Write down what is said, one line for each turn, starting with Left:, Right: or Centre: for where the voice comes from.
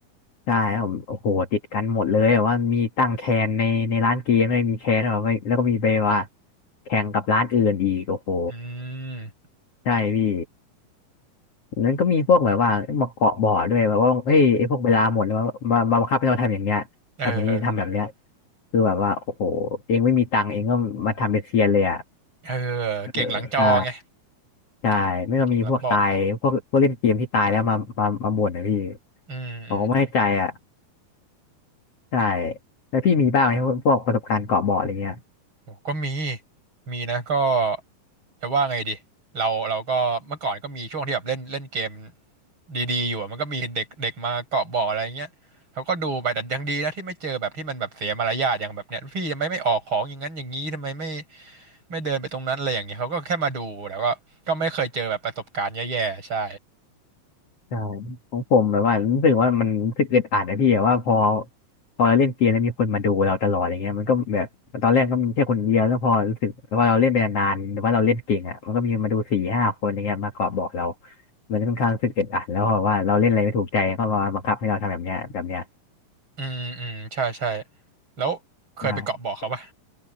Left: ใช่ครับผมโอ้โหติดกันหมดเลยแบบว่ามีตั้งแคนในในร้านเกมด้วยมีแคนแบบว่าแล้วก็มีไปว่าแข่งกับร้านอื่นอีกโอ้โห
Right: อืม
Left: ใช่พี่นั้นก็มีพวกแบบว่ามาเกาะบ่อด้วยแบบว่าเอ้ยไอ้พวกเวลาหมดแล้วมามาบังคับให้เราทำอย่างเนี้ยทำอย่างนี้ทำแบบเนี้ย
Right: เออเออ
Left: คือแบบว่าโอ้โหเองไม่มีตังค์เองก็มาทำเป็นเซียนเลยอ่ะ
Right: เออ
Left: เออใช่
Right: เก่งหลังจอไง
Left: ใช่ไม่ก็มีพวกตายพวกพวกเล่นเกมที่ตายแล้วมามามาบ่นนะพี่
Right: เก่งหลังเบาะอืมอืม
Left: เขาก็ไม่ให้ใจอ่ะใช่แล้วพี่มีบ้างไหมพวกพวกประสบการณ์เกาะเบาะอะไรเงี้ย
Right: โอ้ก็มีมีนะก็จะว่าไงดีเราเราก็เมื่อก่อนก็มีช่วงที่แบบเล่นเล่นเกมดีๆอยู่อะมันก็มีเด็กเด็กมาเกาะบ่ออะไรเงี้ยเขาก็ดูไปแต่ยังดีนะที่ไม่เจอแบบที่มันแบบเสียมารยาทอย่างแบบเนี้ยพี่ทำไมไม่ออกของอย่างนั้นอย่างนี้ทำไมไม่ไม่เดินไปตรงนั้นอะไรอย่างเงี้ยเขาก็แค่มาดูแล้วก็ก็ไม่เคยเจอแบบประสบการณ์แย่ๆใช่
Left: ใช่ของผมแบบว่ารู้สึกว่ามันรู้สึกอึดอัดนะพี่แบบว่าพอพอเราเล่นเกมแล้วมีคนมาดูเราตลอดอย่างเงี้ยมันก็แบบตอนแรกก็มีแค่คนเดียวแล้วพอรู้สึกพอเราเล่นไปนานๆหรือว่าเราเล่นเก่งอ่ะมันก็มีมาดูสี่ห้าคนอย่างเงี้ยมาขอบอกเรามันค่อนข้างรู้สึกอึดอัดแล้วเพราะว่าเราเล่นอะไรไม่ถูกใจก็มาบังคับให้เราทำแบบเนี้ยแบบเนี้ย
Right: อืมอืมใช่ใช่แล้วเคยไปเกาะบ่อเขาป่ะ
Left: ใช่